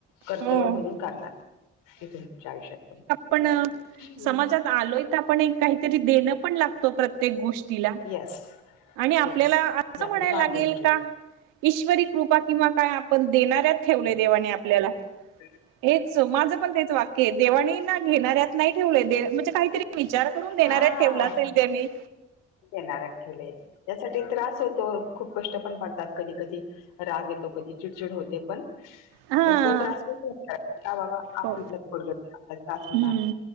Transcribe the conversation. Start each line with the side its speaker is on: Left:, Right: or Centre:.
Left: कर्तव्य
Right: हो
Left: म्हणून करणार. इथून पुढच्या आयुष्यात पण.
Right: पण
Left: हम्म.
Right: समाजात आलोय तर आपण एक काहीतरी देणं पण लागतो प्र प्रत्येक गोष्टीला
Left: येस
Right: आणि आपल्याला
Left: येस
Right: असं
Left: ही आपली
Right: म्हणायला
Left: बांधिलकी
Right: लागेल का ईश्वरी कृपा किंवा काय आपण देणाऱ्यात ठेवलंय देवाने आपल्याला.
Left: ते
Right: हेच माझं पण तेच वाक्य आहे. देवानी ना घेणाऱ्यात नाही ठेवलंय म्हणजे काहीतरी विचार करून देणारऱ्यात
Left: हा
Right: ठेवलं असेल त्यानी.
Left: देणाऱ्यात ठेवलय. त्यासाठी त्रास होतो. खूप कष्ट पण पडतात कधी कधी राग येतो. कधी चिडचिड होते. पण
Right: हा
Left: तो त्रास ह बाबा आप
Right: हो
Left: प आपलक त्रास होणार.
Right: हम्म